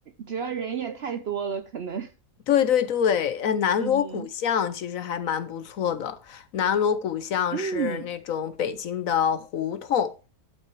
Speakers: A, on the right; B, on the left.
A: 主要人也太多了，可能。
B: 对对对，呃，南锣鼓巷其实还蛮不错的。
A: <laughs> 嗯
B: 南锣鼓巷是那种北京的胡同，
A: 嗯。